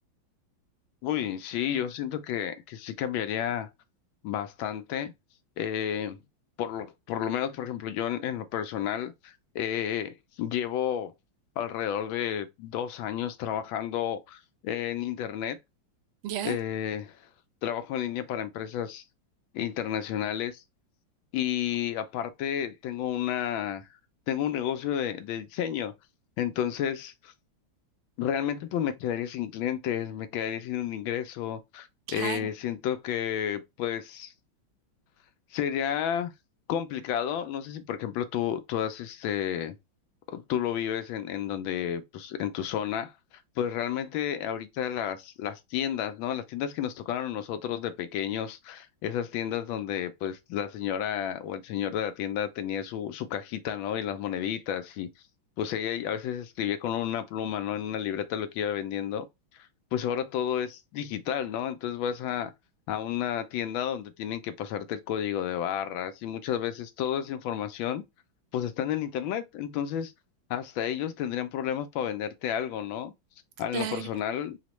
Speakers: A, on the left; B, on the right.
A: Uy, sí, yo siento que, que sí cambiaría bastante. eh, por lo, por lo menos, por ejemplo, yo en, en lo personal eh, llevo alrededor de dos años trabajando en Internet.
B: Ya.
A: eh, trabajo en línea para empresas internacionales y aparte tengo una, tengo un negocio de, de diseño. Entonces, Realmente pues me quedaría sin clientes, me quedaría sin un ingreso.
B: Claro,
A: eh, siento que pues sería complicado. No sé si por ejemplo tú, tú has este, tú lo vives en, en donde, pues, en tu zona, pues realmente ahorita las, las tiendas, ¿no? Las tiendas que nos tocaron a nosotros de pequeños, esas tiendas donde, pues, la señora o el señor de la tienda tenía su, su cajita, ¿no? Y las moneditas y, pues, ella a veces escribía con una pluma, ¿no? En una libreta lo que iba vendiendo pues ahora todo es digital, ¿no? Entonces vas a, a una tienda donde tienen que pasarte el código de barras y muchas veces toda esa información pues está en el internet, entonces hasta ellos tendrían problemas para venderte algo, ¿no? A
B: claro,
A: lo personal,